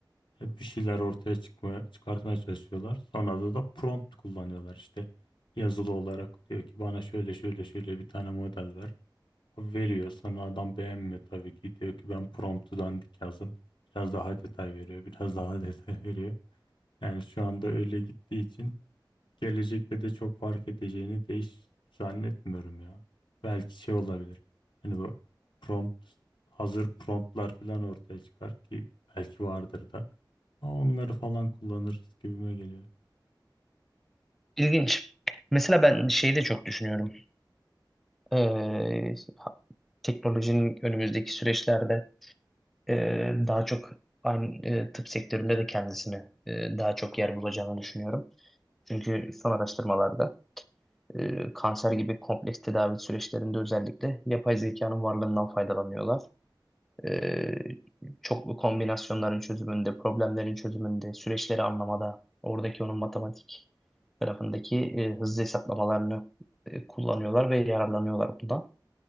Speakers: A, on the left; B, in the centre.
A: E, bir şeyler ortaya çıkma, çıkartmaya çalışıyorlar. Sonra da, da prompt kullanıyorlar işte yazılı olarak diyor ki bana şöyle şöyle şöyle bir tane model ver. Veriyor sana adam beğenmiyor tabii ki. Diyor ki ben promptu dandik yazdım. Biraz daha detay veriyor. Biraz daha <laughs> detay veriyor. Yani şu anda öyle gittiği için gelecekte de çok fark edeceğini değiş zannetmiyorum ya. Belki şey olabilir. Hani bu prompt hazır promptlar falan ortaya çıkar ki belki vardır da. Ama Onları falan kullanırız gibime geliyor.
B: İlginç. Mesela ben şeyi de çok düşünüyorum. Ee, teknolojinin önümüzdeki süreçlerde e, daha çok aynı e, tıp sektöründe de kendisine e, daha çok yer bulacağını düşünüyorum. Çünkü son araştırmalarda e, kanser gibi kompleks tedavi süreçlerinde özellikle yapay zekanın varlığından faydalanıyorlar. E, çoklu kombinasyonların çözümünde, problemlerin çözümünde, süreçleri anlamada, oradaki onun matematik tarafındaki e, hızlı hesaplamalarını e, kullanıyorlar ve yararlanıyorlar bundan.